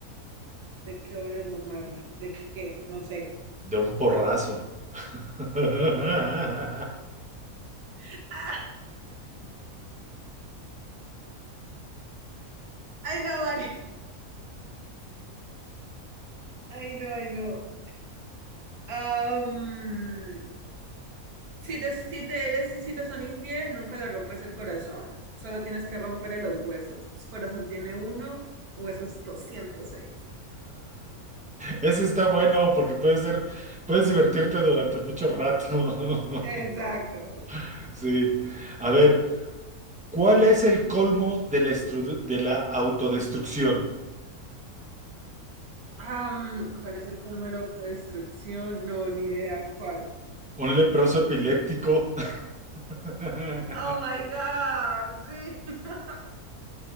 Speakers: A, on the right; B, in the centre.
A: ¿De qué oye Bob Marley? ¿De qué? No sé.
B: De un porrazo. <laughs>
A: <laughs> Ay, no, Mario. Ay, no, ay, no. Am, <laughs> si te, si te eres, si te son infiel, nunca le rompes el corazón. Solo tienes que romperle los huesos. Corazón tiene uno, huesos doscientos seis.
B: Ese está bueno porque puede ser, puedes divertirte durante mucho rato.
A: Exacto.
B: <laughs> Sí. A ver, ¿cuál es el colmo de la, estru- de la autodestrucción?
A: Am, ¿cuál es el colmo de la autodestrucción? No, ni idea cuál.
B: ¿Un leproso epiléptico? <laughs>
A: Oh my God, sí. <laughs>